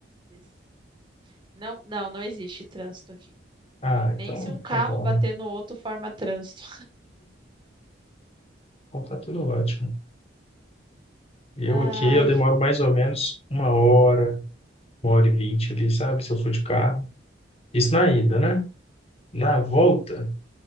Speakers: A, on the right; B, on the left.
A: Isso. Não, não, não existe trânsito aqui.
B: Ah,
A: Nem
B: então
A: se um carro
B: tá bom.
A: bater no outro forma trânsito.
B: Então tá tudo ótimo. Eu
A: Ai,
B: aqui, eu demoro mais ou menos uma hora, uma hora e vinte ali, sabe? Se eu for de carro. Isso na ida, né? Na volta,